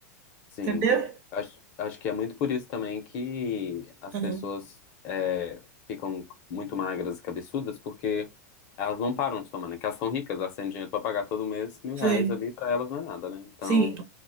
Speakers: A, on the left; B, on the right.
A: Sim,
B: entendeu?
A: acho, acho que é muito por isso também que as
B: Hum,
A: pessoas é, ficam muito magras e cabeçudas, porque elas não param de tomar, né? Que elas são ricas, elas têm dinheiro para pagar todo mês mil
B: Sei.
A: reais ali, para elas não é nada, né? Então,
B: Sim.